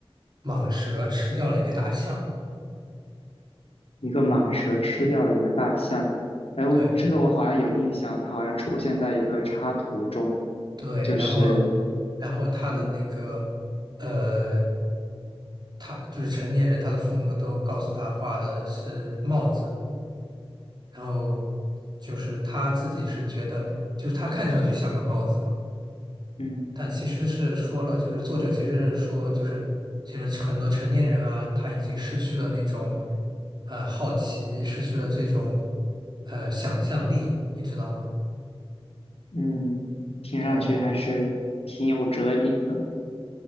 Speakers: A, on the right (about 45°); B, on the left (about 80°).
A: 蟒蛇吃掉了一个大象，
B: 一个蟒蛇吃掉了一个大象，哎，我这个我好像有印象，
A: 对
B: 它好像出现在一个插图中，
A: 对，
B: 就是
A: 然后然后他的那个呃。
B: 嗯。
A: 他就是成年人，他的父母都告诉他画的是帽子，然后就是他自己是觉得，就是他看上去像个帽子嘛，
B: 嗯
A: 但其实是说了，就是作者其实是说，就是其实很多成年人啊，他已经失去了那种呃好奇，失去了这种呃想象力，你知道吗？
B: 嗯，听上去还是挺有哲理的。
A: 对